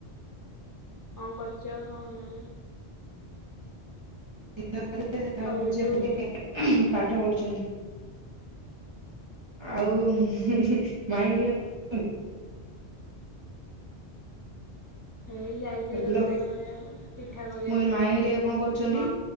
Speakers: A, on the left; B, on the right.
A: ହଁ କରଚିବା କଣ
B: <unintelligible> ପାଠ
A: ଆଉ ଯୋଉ
B: ପଢ ଆଉ ମାଇଙ୍ଗଡିଆ ପାଇଁ <inaudible>
A: ହେଇ ଯାଇଛି
B: ହ୍ୟାଲୋ
A: ରୋଷେଇ
B: ମୁଁ
A: କରିବାକୁ ପିଠା କରିବାକୁ
B: କହିଲି ମାଇଁ ହେରିକା କଣ କରୁଛନ୍ତି?
A: ହଁ